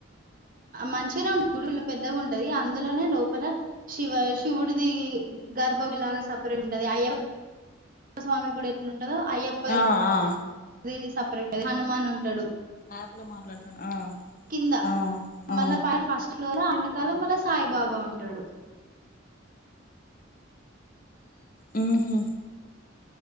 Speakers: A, on the right (about 45°); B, on the left (about 45°).
A: మంచిగానే ఉంటది గుడి పెద్దగా ఉంటది అందులోనే లోపల శివ శివుడిది గర్భ గుడి లాగా సపరేట్ గా ఉంటది అయ్య స్వామి కూడా ఎట్ల ఉంటదో అయ్యప్ప
B: ఆ ఆ
A: అది సపరేట్ ఏ హనుమాన్ ఉంటాడు
B: ఆప్ లో మాట్లాడతాను ఆ
A: కింద
B: ఆ ఆ
A: మళ్ళా ఫస్ట్ లో ఆ వెనకాల మళ్ళా సాయిబాబా ఉంటాడు
B: హ్మ్ హు